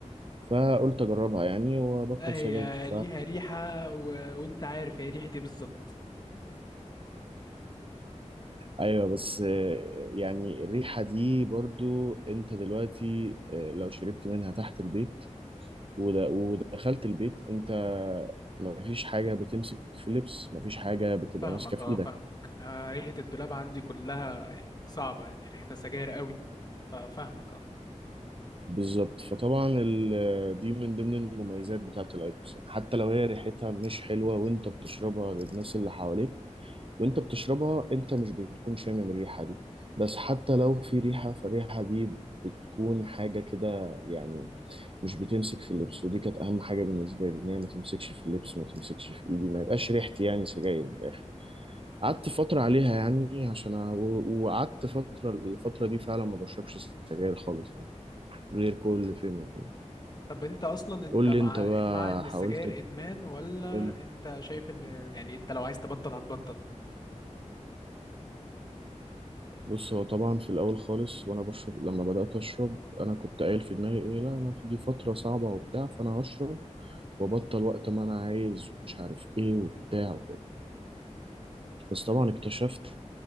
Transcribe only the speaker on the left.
لا هي
ليها ريحة و... وانت عارف هي ريحة ايه بالظبط
فاهمك
اه
فاهمك آه ريحة الدولاب عندي كلها يعني صعبة يعني ريحتها سجاير قوي ففاهمك اه
طب انت اصلا انت
مع
مع ان السجاير
ادمان ولا
انت شايف ان يعني انت لو عايز تبطل هتبطل